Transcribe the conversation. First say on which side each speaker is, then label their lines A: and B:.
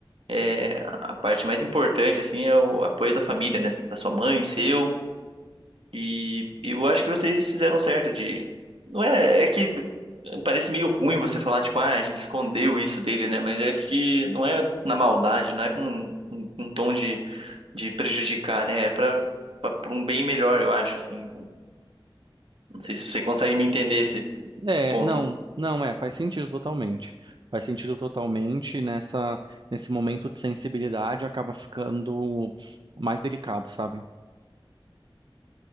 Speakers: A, on the right; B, on the right.
A: é a a parte mais importante assim é o apoio da família, né, da sua mãe, seu. E e eu acho que vocês fizeram certo de. Não é. É que parece meio ruim você falar, tipo, ah, a gente escondeu isso dele, né? Mas é porque não é na maldade, não é com com- com um tom de, de prejudicar, né? É pra, pra, pra um bem melhor, eu acho, assim. Não sei se você consegue me entender esse, esse
B: É,
A: ponto.
B: não,
A: assim.
B: não é, faz sentido totalmente. Faz sentido totalmente nessa, nesse momento de sensibilidade acaba ficando mais delicado, sabe?